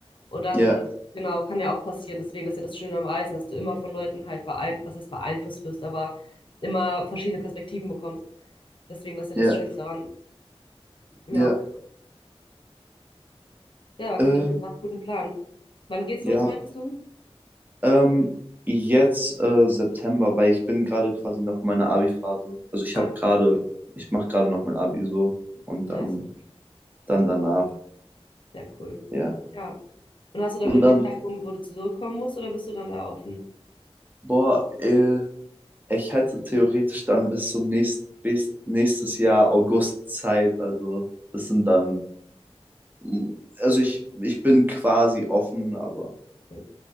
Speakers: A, on the left (about 50°); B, on the right (about 15°).
A: Und dann,
B: Ja,
A: genau, kann ja auch passieren. Deswegen, das ist ja das Schöne am Reisen, dass du immer von Leuten halt beein, was heißt beeinflusst wirst, aber immer verschiedene Perspektiven bekommst. Deswegen, das ist ja
B: ja,
A: das Schönste daran. Ja.
B: ja,
A: Ja, aber
B: äh,
A: klingt auf jeden Fall nach einem guten Plan. Wann geht's
B: ja.
A: los, meintest du?
B: Ähm, jetzt äh, September, weil ich bin gerade quasi noch in meiner Abi-Phase. Also ich
A: Ah,
B: habe gerade, ich mache gerade noch mein Abi so und
A: nice.
B: dann, dann danach,
A: Sehr cool.
B: ja.
A: Ja. Und hast du dann
B: Und
A: irgendwie
B: dann,
A: einen Zeitraum, wo du zurückkommen musst, oder bist du dann da offen?
B: boah, äh, ich hätte theoretisch dann bis zum nächsten, bis nächstes Jahr August Zeit. Also das sind dann, mm, also ich, ich bin quasi offen, aber
A: Okay.